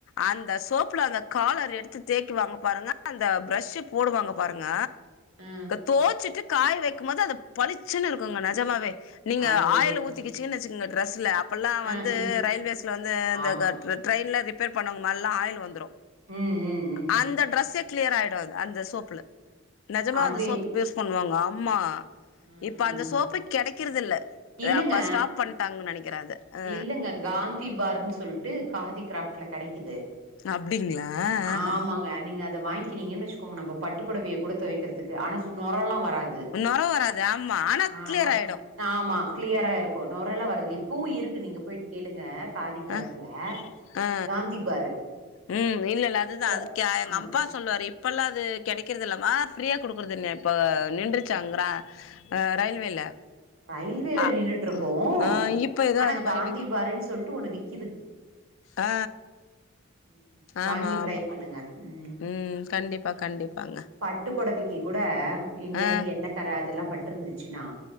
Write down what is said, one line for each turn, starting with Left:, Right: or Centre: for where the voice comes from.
Left: அந்த சோப்ல அந்த காலர் எடுத்து தேக்கிவாங்க பாருங்க அந்த ப்ரஷ்ஷு போடுவாங்க பாருங்க
Right: ஆ
Left: தோச்சிட்டு காய வைக்கும் மோது அத பளிச்சுன்னு இருக்குங்க நெஜமாவே நீங்க
Right: அதுதது
Left: ஆயில் ஊத்தக்கிச் சீனு வெச்சிகோங்கா ட்ரெஸ்ல அப்பெல்லா வந்து
Right: ஆ ம்
Left: ரயில்வேஸ்ல வந்து அந்த
Right: ஆமா
Left: கர் ட்ரெ ட்ரெயின்லா ரிப்பேர் பண்ணவுங்க மேலலாம் ஆயில் வந்துரும்
Right: ம் ம் ம்
Left: அந்த டிரஸ்ஸே கிளியர் ஆயிடும் அதுல அந்த சோப்ல நிஜமா
Right: அது
Left: அந்த சோப் யூஸ் பண்ணுவாங்க ஆம்மா
Right: ம்
Left: இப்ப அந்த சோப்பே கெடக்கிறதில்ல
Right: இல்லங்க
Left: எ அப்ப ஸ்டாப் பண்ட்டாங்கன்னு நெனக்கிற அத அ
Right: இல்லங்க காந்தி பார்ன்னு சொல்ட்டு காதி கிராஃப்ட்ல கடக்கிது
Left: அப்டிங்களா ஆஹ
Right: ஆமாங்க நீங்க அத த வாங்கிறீங்கனு வச்சுக்கோங்க நம்ப பட்டுப்பொடவய கூட தொவக்கிறதுக்கு ஆனா நொறலாம் வராது
Left: நொர வராது ஆமா ஆனாக்ளியர்
Right: ஆ நொ
Left: ஆயிடும்
Right: ஆமா க்ளியரா இருக்கும் நொரலா வரதில்ல இப்பவும் இருக்கு நீங்க போயிட்டு கேளுங்க காதி கிராஃப்ட்ல
Left: ஆ ஆ
Right: காந்தி பாரு
Left: ம் இல்ல இல்ல அதுதான்
Right: ப்ர
Left: அது கியா அது எங்க
Right: ஆ
Left: அப்பா சொல்லுவாரு இப்பெல்லாம் அது கெடக்கிறது இல்லமா ஃப்ரீயா குடுக்குறதில்லயாம்
Right: ஆ
Left: இப்ப நின்றுச்சாங்ர ரயில்வேல
Right: ஆ ரயில்வேல
Left: அ
Right: நின்னுற்றுக்கும்
Left: ஆ இப்ப ஏதோ
Right: ஆனா
Left: அந்த மாரி
Right: காந்தி
Left: விக்க
Right: பாருன்னு சொல்ட்டு ஒன்னு விக்
Left: ஆ
Right: ம் வாங்கி
Left: ஆமா
Right: ட்ரை
Left: ஆமா
Right: பண்ணுங்க ம்
Left: ம் கண்டிப்பா கண்டிப்பாங்
Right: பட்டுப்பொடவைக்கு கூட எங்கேயாது
Left: ஆ
Right: என்ன கர அதெல்லாம் பட்ருந்துச்சுன்னா